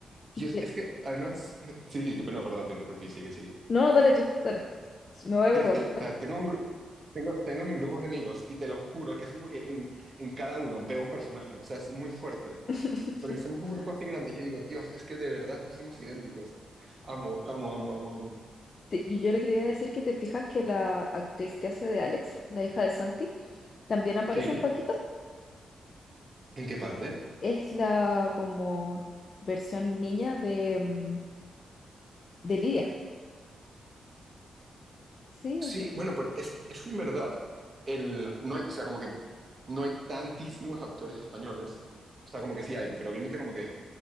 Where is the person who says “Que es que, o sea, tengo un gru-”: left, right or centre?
Right